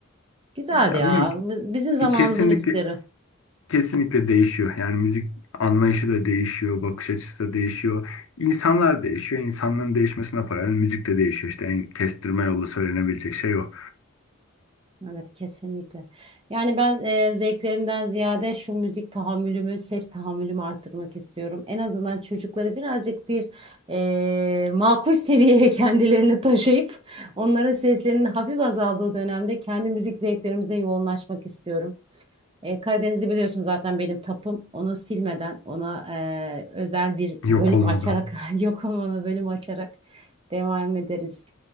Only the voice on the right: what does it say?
Güzeldi
ya.
Biz- Bizim zamanımızın
müzikleri.
Evet kesinlikle. Yani ben e, zevklerimden ziyade şu müzik tahammülümü, ses tahammülümü arttırmak istiyorum. En azından çocukları birazcık bir e, makul seviyeye <laughs> kendilerini taşıyıp onların seslerinin hafif azaldığı dönemde kendi müzik zevklerimize yoğunlaşmak istiyorum. E, Karadeniz'i biliyorsun zaten benim tapım. Onu silmeden, ona e, özel bir
bölüm
açarak, <laughs> yok ama ona bölüm açarak devam ederiz.